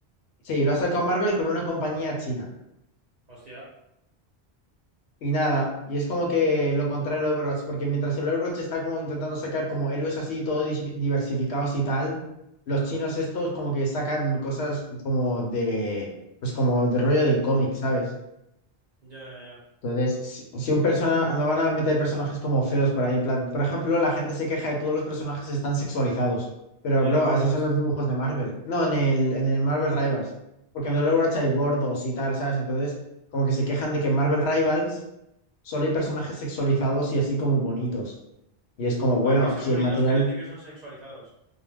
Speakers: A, on the left (about 85°); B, on the right (about 45°).
A: Sí, lo ha sacado Marvel con una compañía china.
B: Hostia.
A: Y nada, y es como que lo contrario al Overwatch, porque mientras el Overwatch está como intentando sacar como héroes así, todos dis- diversificados y tal, los chinos estos como que sacan cosas como de, pues como de rollo del cómic, ¿sabes?
B: Ya, ya, ya.
A: Entonces, si si un persona, no van a meter personajes como feos por ahí, en plan, por ejemplo, la gente se queja de todos los personajes están sexualizados, pero
B: En el
A: bro,
B: Overwatch.
A: así son los dibujos de Marvel, no, en el, en el Marvel Rivals, porque
B: Ah.
A: en The Overwatch hay gordos y tal, ¿sabes? Entonces, como que se quejan de que en Marvel Rivals solo hay personajes sexualizados y así como bonitos, y es como, bueno,
B: Ah, que sean
A: si el
B: bonitos
A: material,
B: quiere decir que son sexualizados.